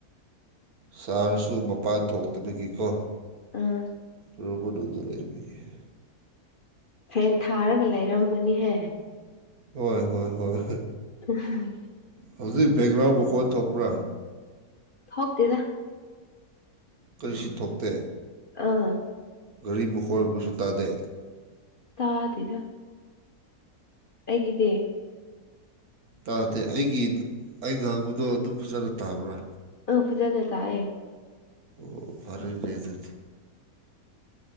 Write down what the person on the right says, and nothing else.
ꯁꯥꯔꯁꯨ ꯃꯄꯥꯟ ꯊꯣꯛꯇꯕꯒꯤꯀꯣ
ꯔꯨꯝ ꯃꯅꯨꯡꯗꯥ ꯂꯩꯕꯒꯤ
ꯍꯣꯏ ꯍꯣꯏ ꯍꯣꯏ
ꯍꯧꯖꯤꯛ ꯕꯦꯛꯒ꯭ꯔꯥꯎ ꯃꯈꯣꯟ ꯊꯣꯛꯄ꯭ꯔꯥ
ꯀꯔꯤꯁꯨ ꯊꯣꯛꯇꯦ
ꯒꯥꯔꯤ ꯃꯈꯣꯟ ꯒꯨꯝꯕꯁꯨ ꯇꯥꯗꯦ
ꯇꯥꯗꯦ ꯑꯩꯒꯤ ꯑꯩ ꯉꯥꯡꯕꯗꯣ ꯑꯗꯨꯝ ꯐꯖꯅ ꯇꯥꯕ꯭ꯔꯥ
ꯑꯣ ꯐꯔꯦ ꯅꯦ ꯑꯗꯨꯗꯤ